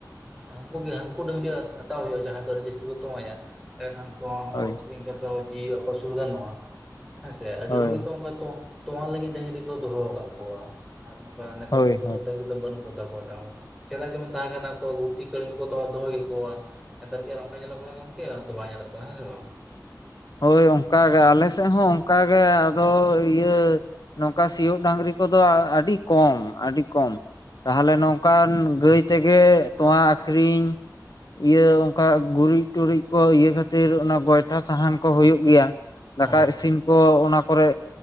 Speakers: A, in the centre; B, on the left.
A: ᱦᱟᱹᱱᱠᱩᱜ ᱜᱮ ᱦᱟᱹᱱᱠᱩ ᱰᱟᱹᱝᱜᱨᱤ ᱦᱟᱛᱟᱣ ᱦᱩᱭᱩᱜᱼᱟ ᱡᱟᱦᱟᱸᱭ ᱫᱚ ᱡᱟᱹᱥᱛᱤ ᱠᱚ ᱛᱳᱣᱟᱭᱟ ᱮᱰᱮᱠᱷᱟᱱ ᱛᱳᱣᱟ ᱦᱚᱸ
B: ᱦᱳᱭ
A: ᱟᱹᱠᱷᱨᱤᱧ ᱠᱟᱛᱮᱫ ᱦᱚᱸ ᱡᱤᱣᱤ ᱟᱯᱟᱥᱩᱞ ᱜᱟᱱᱚᱜᱼᱟ ᱦᱮᱸᱥᱮ ᱟᱹᱰᱤ
B: ᱦᱳᱭ
A: ᱦᱚᱲ ᱜᱮᱛᱚ ᱚᱱᱠᱟ ᱛᱚ ᱛᱚᱣᱟ ᱞᱟᱹᱜᱤᱫ ᱰᱟᱹᱝᱜᱨᱤ ᱠᱚ ᱫᱚᱦᱚ ᱟᱠᱟᱫ ᱠᱚᱣᱟ ᱟᱨ ᱱᱚᱝᱠᱟ ᱱᱮᱛᱟᱨ
B: ᱦᱳᱭ
A: ᱫᱚ
B: ᱦᱳᱭ
A: ᱩᱱᱟᱹᱜ ᱰᱟᱹᱝᱜᱨᱤ ᱫᱚ ᱵᱟᱹᱱᱩᱜ ᱠᱚᱛᱟ ᱠᱚᱣᱟ ᱮᱴᱟᱜ ᱦᱚᱲ ᱥᱮᱫᱟᱭ ᱡᱮᱢᱚᱱ ᱛᱟᱦᱮᱸ ᱠᱟᱱᱟ ᱠᱚ ᱠᱟᱹᱢᱤ ᱠᱚ ᱫᱚᱦᱚ ᱠᱮᱠᱚᱣᱟ ᱱᱮᱛᱟᱨ ᱜᱮ ᱟᱨ ᱚᱱᱠᱟ ᱧᱮᱞᱚᱜ ᱠᱟᱱᱟ ᱜᱚᱝᱠᱮ ᱦᱛᱚ ᱵᱟᱭ ᱧᱮᱞᱚᱜ ᱠᱟᱱᱟ ᱦᱮᱸ ᱥᱮ ᱵᱟᱝ
B: ᱦᱳᱭ ᱚᱱᱠᱟᱜᱮ ᱟᱞᱮ ᱥᱮᱫ ᱦᱚᱸ ᱚᱱᱠᱟᱜᱮ ᱟᱫᱚ ᱤᱭᱟᱹ ᱱᱚᱝᱠᱟ ᱥᱤᱭᱳᱜ ᱰᱟᱹᱝᱜᱨᱤ ᱠᱚᱫᱚ ᱟᱹᱰᱤ ᱠᱚᱢ ᱟᱹᱰᱤ ᱠᱚᱢ ᱛᱟᱦᱚᱞᱮ ᱱᱚᱝᱠᱟᱱ ᱜᱟᱹᱭ ᱛᱮᱜᱮ ᱛᱳᱣᱟ ᱟᱹᱠᱷᱨᱤᱧ ᱤᱭᱟᱹ ᱚᱱᱠᱟ ᱜᱩᱨᱤᱡ ᱴᱩᱨᱤᱡ ᱠᱚ ᱤᱭᱟᱹ ᱠᱷᱟᱹᱛᱤᱨ ᱚᱱᱟ ᱜᱚᱭᱴᱷᱟ ᱥᱟᱦᱟᱱ ᱠᱚ ᱦᱩᱭᱩᱜ ᱜᱮᱭᱟ ᱫᱟᱠᱟ
A: ᱚ
B: ᱤᱥᱤᱱ ᱠᱚ ᱚᱱᱟ ᱠᱚᱨᱮ